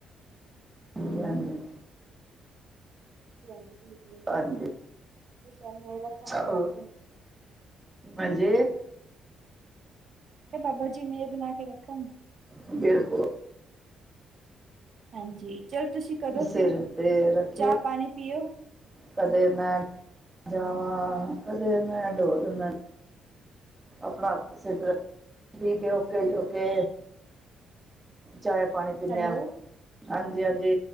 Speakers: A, on the right; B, on the right.
A: ਹ ਆਜੀ। <inaudible>
B: ਹਾਂਜੀ -ਹਾਂਜੀ, ਬਿਲਕੁਲ
A: ਹਾਂਜੀ
B: ਗੁਰੂ ਸਾਹਿਬ ਮੇਹਰ ਰੱਖਣ
A: ਸਭ-
B: ਬਨਾ ਕੇ।
A: ਹਾਂਜੀ
B: ਬਾਬਾ ਜੀ ਮੇਰ ਬਣਾ। ਕੇ ਰੱਖਣ
A: <inaudible> ਬਿਲਕੁਲ।
B: ਹਾਂਜੀ, ਚਲ ਤੁਸੀਂ ਕਰੋ
A: ਸਿਰ
B: ਫਿਰ
A: ਤੇ ਰੱਖੇ
B: ਚਾਹ ਪਾਣੀ ਪੀਓ।
A: ਕਦੇ ਮੈਂ ਜਾਵਾਂ ਕਦੇ ਮੈਂ ਡੋਲ ਨਾ। ਆਪਣਾ ਹੱਥ ਸਿਰ ਤੇ ਰਖਦ ਠੀਕ ਹੈ। ਕ ਈ ਹੋ ਕੇ ਚਾਏ, ਪਾਣੀ। ਪੀਂਦੇ
B: ਹੈਲੋ।
A: ਹਾਂ ਹਾਂਜੀ -ਹਾਂਜੀ।